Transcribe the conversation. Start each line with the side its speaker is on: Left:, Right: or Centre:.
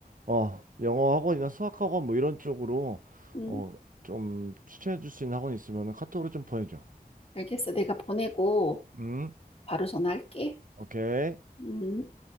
Right: 어, 영어 학원이나 수학 학원 뭐 이런 쪽으로
Left: 음,
Right: 어, 좀 추천해 줄 수 있는 학원 이 있으면 카톡으로 좀 보내줘.
Left: 알겠어. 내가 보내고
Right: 음,
Left: 바로 전화할게.
Right: 오케이.
Left: 음.